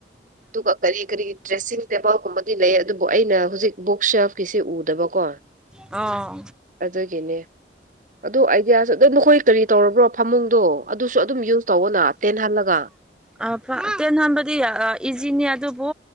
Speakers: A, on the right; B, in the centre.
A: ꯑꯗꯨꯒ ꯀꯔꯤ ꯀꯔꯤ ꯗ꯭ꯔꯦꯁꯤꯡ ꯇꯦꯕꯜꯒꯨꯝꯕꯗꯤ ꯂꯩ ꯑꯗꯨꯕꯨ ꯑꯩꯅ ꯍꯧꯖꯤꯛ ꯕꯨꯛ ꯁꯦꯞꯀꯤꯁꯤꯦ ꯎꯗꯦ ꯑꯗꯨꯕꯀꯣ
B: ꯎꯝ
A: ꯑꯗꯨꯒꯤꯅꯦ ꯑꯗꯨ ꯑꯥꯏꯗꯤꯌꯥꯁꯨ ꯅꯈꯣꯏ ꯀꯔꯤ ꯇꯧꯔꯕ꯭ꯔꯣ ꯐꯃꯨꯡꯗꯣ ꯑꯗꯨꯁꯨ ꯑꯗꯨꯝ ꯌꯨꯁ ꯇꯧꯋꯣꯅ ꯇꯦꯟꯍꯜꯂꯒ
B: ꯑꯥ ꯇꯦꯟ ꯍꯥꯟꯕꯗꯤ ꯏꯖꯤꯅꯤ ꯑꯗꯨꯕꯨ